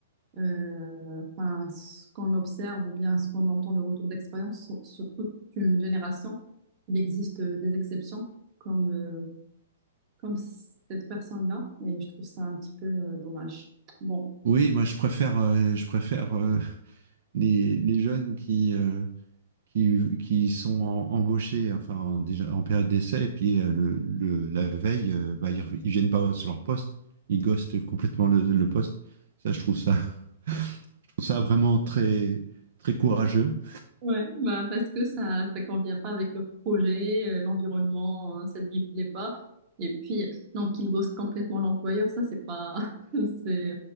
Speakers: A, on the right; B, on the right.
A: Euh, enfin, ce qu'on observe ou bien ce qu'on entend, le retour d'expérience sur, sur toute une génération, il existe euh, des exceptions comme, euh, comme cette personne-là, et je trouve ça un petit peu euh, dommage. Bon,
B: oui, moi je préfère, euh, je préfère euh, <laughs> les, les jeunes qui, euh, qui, qui sont en- embauchés, enfin en- déjà en période d'essai, et puis euh, le, le- la veille, euh, bah, ils, rev- ils viennent pas sur leur poste, ils ghostent complètement le, le poste. Ça, je trouve ça, <laughs> je trouve ça vraiment très, très courageux.
A: ouais, bah parce que ça ça convient pas avec leur projet, euh, l'environnement, euh, ça lui plaît pas. Et puis, non, qu'il ghoste complètement l'employeur, ça, c'est pas. <laughs> c'est...